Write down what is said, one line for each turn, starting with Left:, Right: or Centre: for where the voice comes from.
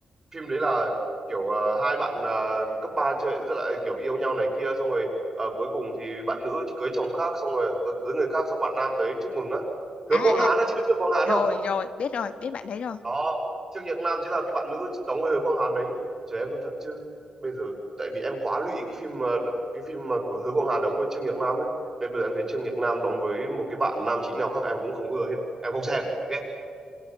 Right: phim đấy là kiểu ờ, hai bạn ờ, cấp 3 chơi rất là kiểu yêu nhau này kia xong rồi ờ, cuối cùng thì bạn nữ cưới chồng khác xong rồi cớ- cưới người khác xong bạn nam tới chúc mừng á. Hứa
Left: à
Right: Quang
Left: à
Right: Hán á, chị biết Hứa Quang Hán
Left: rồi
Right: không?
Left: rồi biết rồi biết bạn đấy rồi
Right: đó Trương Nhật Nam chính là cái bạn nữ đóng với Hứa Quang Hán đấy trời em nói thật chứ bây giờ tại vì em quá lụy cái phim mà cái phim mà của Hứa Quang Hán đóng với Trương Nhật Nam ấy nên bây giờ em thấy Trương Nhật Nam đóng với một cái bạn nam chính nào khác em cũng không ưa hết em không xem ghét